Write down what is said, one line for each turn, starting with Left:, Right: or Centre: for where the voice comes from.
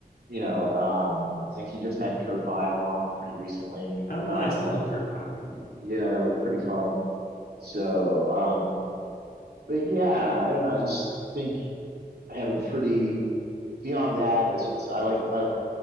Right: you know um like he just had Kurt Vile on pretty recently.
Left: Oh,
Right: Um,
Left: nice! I
Right: that
Left: love Kurt Vile.
Right: yeah that was pretty fun. So um, but yeah I don't know. I just think I have a pretty beyond that it's, it's I like I